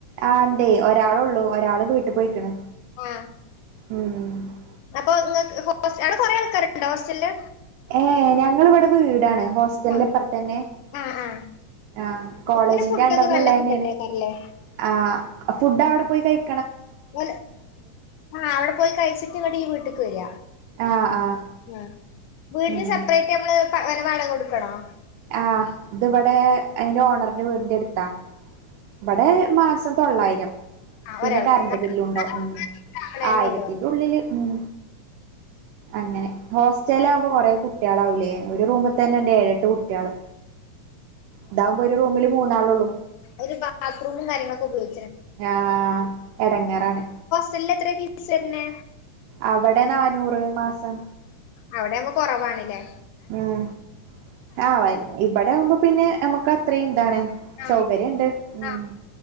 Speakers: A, on the right (about 90°); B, on the left (about 85°).
A: ആ ണ്ടേ ഒരാളൊള്ളു ഒരാള് വീട്ട് പോയ്ക്ക്ണ്
B: ആ
A: ഉം
B: അപ്പൊ ങ്ങക്ക് <unintelligible> അവടെ കൊറെ ആൾക്കാരൊക്കെണ്ടോ ഹോസ്റ്റലില്
A: ഏഹ് ഞങ്ങളിവിടെ വീടാണ് ഹോസ്റ്റലിന്പ്പർത്തെന്നെ
B: ആ ആ ആ
A: ആ
B: അപ്പൊ
A: കോളേജിന്റെ
B: ഇങ്ങനെ ഫുഡൊക്കെ
A: അണ്ടർല്ള്ളതെന്നേണ്
B: നല്ല ഫുഡല്ലേ കറിലേ
A: ആ ഫുഡ് അവടെ പോയി കയ്
B: <unintelligible> ആ അവടെ പോയി കയ്ച്ച്ട്ട് ഇവടെ ഈ വീ ട്ട്ക്ക് വെര
A: ആഹ് ആഹ്
B: ആ വീടിന്
A: ഉം
B: സെപ്പറേറ്റ് നമ്മള് വാടകക്കൊടുക്കണോ
A: ആ ഇത് വടെ അയ്ന്റെ ഓ ണറിന്റെ വീടിൻറെ അടുത്താ ഇവടെ മാസം തൊള്ളായിരം.
B: ആ,
A: പിന്നെ
B: ഒരാൾക്ക്
A: കറണ്ട്
B: ന-
A: ബില്ലും ഉണ്ടാവും ഉം
B: ഉണ്ടാക്കണേന്നെ
A: ആയിരത്തിന്റെ
B: ഉള്ളൂ
A: ഉള്ളില് ഉം അങ്ങനെ ഹോസ്റ്റലാവുമ്പോ കൊറേ കുട്ടികളാവൂലേ ഒരു റൂമി തന്നെണ്ട് ഏഴെട്ട് കുട്ടി കള് ഇതാവുമ്പോ ഒരു റൂമില് മൂന്നാളുള്ളൂ.
B: ഒരു ബാത്റൂമും കാര്യങ്ങളൊക്കെ ഉപയോഗി
A: ആഹ് എടങ്ങ റാണ്.
B: ല് എത്രയാ ഫീസ് വരണേ?
A: അവടെ നാനൂറ് മാസ് സം
B: അവടെയാവുമ്പോ കൊറവാണ് ല്ലേ
A: ഉം ആഹ് വെരി ഇവടെ ആവുമ്പ പിന്നെ നമ്മക്ക് അത്രയും ഇതാണ്
B: ആഹ്
A: സൗകര്യം ഇണ്ട് ഉം
B: ആഹ്